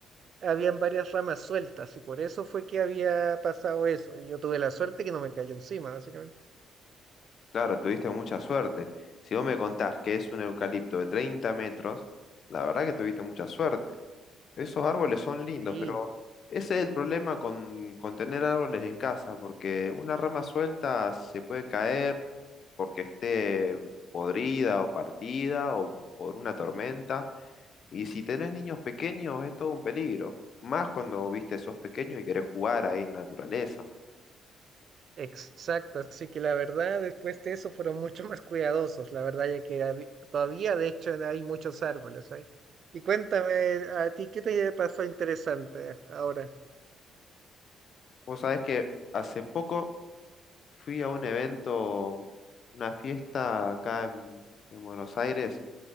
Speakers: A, on the right (about 60°); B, on the left (about 55°).
A: habían varias ramas sueltas y por eso fue que había pasado eso. Y yo tuve la suerte que no me cayó encima, básicamente.
B: claro, tuviste mucha suerte. Si vos me contás que es un eucalipto de 30 metros, la verdad que tuviste mucha suerte. Esos árboles son lindos,
A: Sí,
B: pero ese es el problema con, con tener árboles en casa, porque una rama suelta se puede caer porque esté podrida o partida o por una tormenta. Y si tenés niños pequeños es todo un peligro, más cuando, viste, sos pequeño y querés jugar ahí en la naturaleza.
A: Exacto, así que la verdad después de eso fueron mucho más cuidadosos, la verdad ya que habi- todavía de hecho hay muchos árboles ahí. Y cuéntame a ti, ¿qué te pasó interesante ahora?
B: Vos sabés que hace poco fui a un evento, una fiesta acá en, en Buenos Aires